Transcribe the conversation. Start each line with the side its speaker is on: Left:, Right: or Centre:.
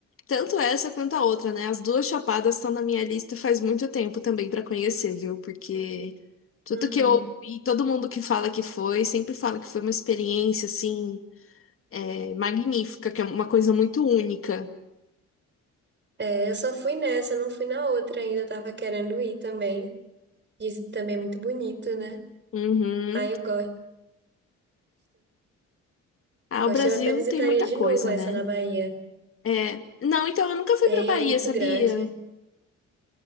Left: tanto essa quanto a outra, né? As duas Chapadas estão na minha lista faz muito tempo também pra conhecer, viu? Porque tudo
Right: Uhum.
Left: que eu ouvi, todo mundo que fala que foi, sempre fala que foi uma experiência, assim, é, magnífica, que é uma coisa muito única.
Right: É, eu só fui nessa, não fui na outra ainda, eu tava querendo ir também. Dizem que também é muito bonito, né?
Left: Uhum.
Right: Ah, eu gosto.
Left: Ah,
Right: Gosto,
Left: o Brasil
Right: eu até visitaria
Left: tem muita
Right: de
Left: coisa,
Right: novo essa
Left: né?
Right: na Bahia.
Left: É. Não, então eu nunca fui
Right: Tem,
Left: pra Bahia,
Right: é muito
Left: sabia?
Right: grande.